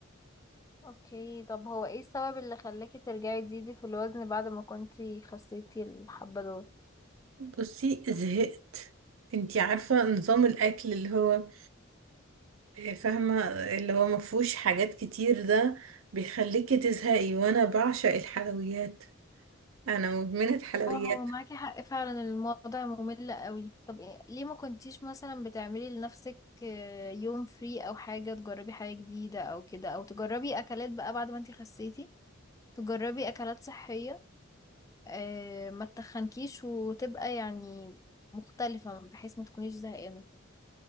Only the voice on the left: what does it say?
اوكي طب هو ايه السبب اللي خلاكي ترجعي تزيدي في الوزن بعد ما كنتي خسيتي الحبة دول
اه معاكي حق فعلا الموضوع ممل قوي طب إيه- ليه ما كنتيش مثلا بتعملي لنفسك آه، يوم فري او حاجة تجربي حاجة جديدة او كده او تجربي اكلات بقى بعد ما انتي خسيتي تجربي اكلات صحية آه، ما تتخنكيش وتبقى يعني مختلفة بحيث ما تكونيش زهقانة